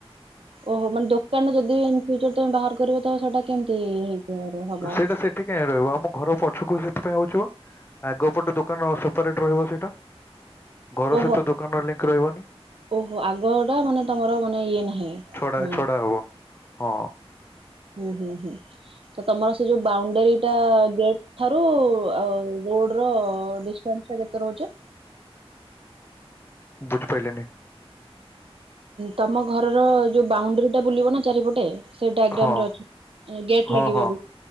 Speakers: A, on the right; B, on the left.
A: ଓହୋ ମାନେ ଦୋକାନା ଯଦି ଇନ୍ ଫୁଚର ତମେ ବାହାର କରିବ ତ ସେଟା। କେମିତି ହେଇପାରିବ ହବ?
B: ସେଇଟା ସେଠି କାହିଁ ରହିବ ଆମ ଘର ପଛକୁ ସେ ସେଥି ପାଇଁ ହଉଚି ପା ଆଗ ପଟେ ଦୋକାନ ସେପାରେଟ ରହିବ ସେଇଟା। ଘର
A: ଓହୋ
B: ସହିତ ଦୋକାନର ଲିଙ୍କ ରହିବନି।
A: ଓହୋ ଆଗ ଟା ମାନେ ତମର ମାନେ ଇଏ ନାହିଁ
B: ଛଡା
A: ହୁଁ।
B: ଛଡା ହବ। ହଁ।
A: ହୁଁ ହୁଁ ହୁଁ ତ ତମର ସେ ଯୋଉ। ବାଉଣ୍ଡେରୀ ଟା ଗେଟ ଠାରୁ ଆଉ ରୋଡ଼। ଘର ଡିଷ୍ଟାନ୍ସ ଟା କେତେ ରହୁଛି?
B: ବୁଝି ପାଇଲିନି।
A: ତମ ଘରର ଯୋଉ ବାଉଣ୍ଡରୀ ଟା ବୁଲିବ ନା ଚାରିପଟେ ସେ ଡାଈଗ୍ରାମରେ
B: ହଁ
A: ଅଛି ଗେଟ୍
B: ହଁ
A: ଲାଗିବ
B: ହଁ
A: ବି।